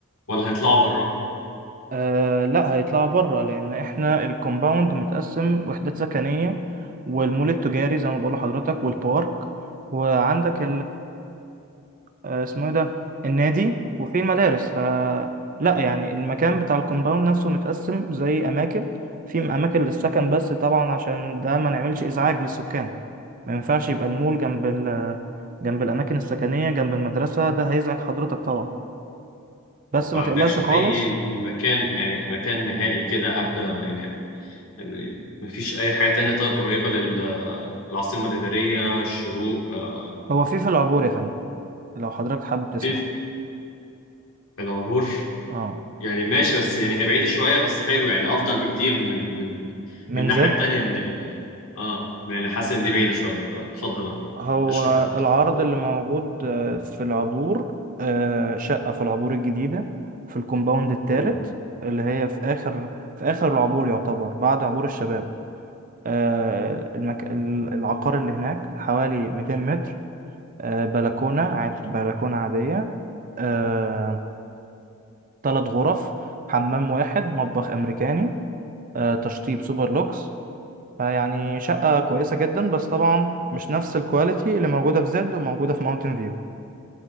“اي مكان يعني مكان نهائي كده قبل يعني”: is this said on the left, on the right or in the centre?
Left